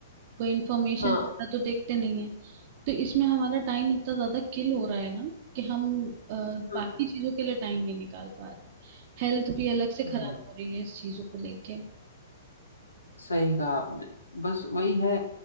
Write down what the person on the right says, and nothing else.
कोई इंफॉर्मेशन
ज्यादा तो देखते नहीं है तो इसमें हमारा टाइम इतना ज्यादा किल हो रहा है ना कि हम अ,
बाकी
चीजों के लिए टाइम नहीं निकाल पा रहे हेल्थ भी अलग से
खराब हो रही है इस चीजों को लेके